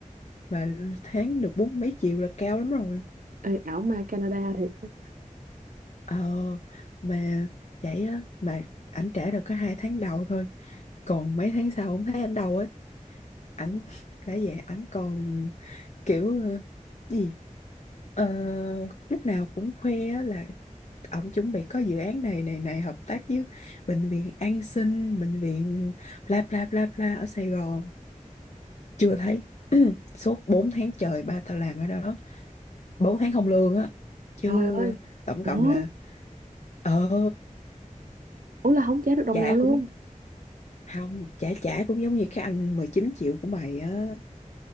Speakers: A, on the left; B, on the right.
A: mà tháng được bốn mấy triệu là cao lắm rồi
B: Ê, ảo ma Canada thiệt Rồi
A: ờ mà vậy á mà ảnh trả được có hai tháng đầu thôi còn mấy tháng sau không thấy ảnh đâu á ảnh đã về ảnh còn kiểu ờ, gì Ờ, lúc nào cũng khoe á là ổng chuẩn bị có dự án này này này hợp tác với bệnh viện An Sinh bệnh viện bla bla bla bla ở Sài Gòn chưa thấy <clears throat> suốt 4 tháng trời ba tao làm ở đó 4 tháng không lương á chứ
B: Trời ơi
A: tổng
B: ủa
A: cộng là ờ
B: ủa là không trả được đồng
A: trả
B: nào
A: cũng
B: luôn
A: không trả trả cũng giống như cái anh 19 triệu của mày á